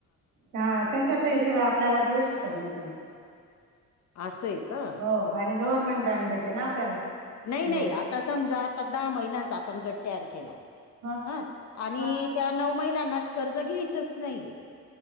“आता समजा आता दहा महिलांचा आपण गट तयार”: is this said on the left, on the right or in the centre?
Left